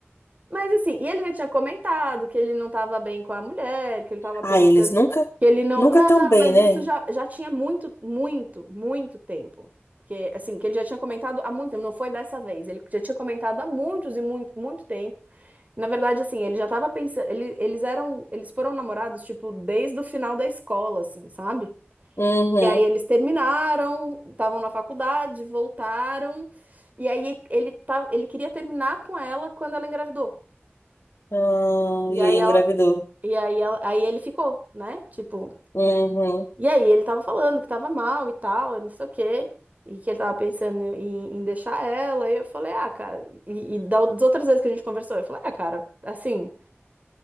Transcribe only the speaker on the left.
Ah,
eles nunca,
nunca
tão bem,
né?
Uhum.
Ah,
e
aí engravidou.
Uhum.